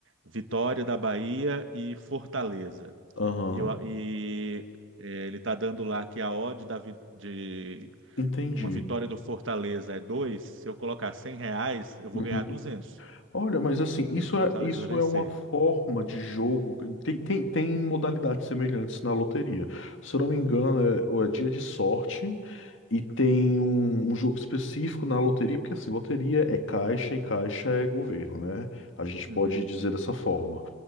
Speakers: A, on the right; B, on the left.
A: Vitória da Bahia e Fortaleza,
B: Aham.
A: e, eu- e, eh, ele tá dando lá que a odd da, vi- de
B: Entendi.
A: uma vitória do Fortaleza é dois se eu colocar 100 reais, eu vou
B: Uhum.
A: ganhar 200
B: Olha, mas assim, isso
A: e o Fortaleza
B: é, isso
A: vai
B: é
A: vencer.
B: uma forma de jogo. Tem, tem, tem modalidades semelhantes na loteria. Se eu não me engano, é, ou é dia de sorte e tem um, um jogo específico na loteria, porque assim, loteria é caixa e caixa é governo, né? A gente
A: Uhum.
B: pode dizer dessa forma.